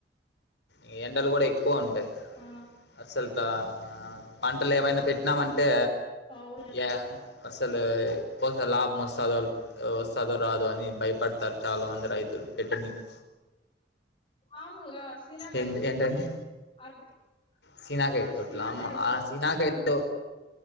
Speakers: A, on the left (about 70°); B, on the left (about 30°).
A: ఈ ఎండల్ గూడ ఎక్కువుంటాయ్
B: ఆ
A: అసల్ తా పంటల్ ఏమైనా పెట్టినామంటే
B: అవ్
A: యా అసలు కోస లాబ్ మోస్తాదో ల్ అ ఒస్తదో రాదుో అని భయపడతారు చాలా మంది రైతులు పెట్టనికి
B: మాములుగాస్ తినాకాయ్
A: ఏంటి
B: తోట్లు
A: ఏంటండి
B: అర్ బి
A: సీనాకాయ
B: ఆ
A: తోట్ల
B: శీనాకాయల్
A: ఆ
B: తోట్లు
A: సీనాకాయతో
B: ఆ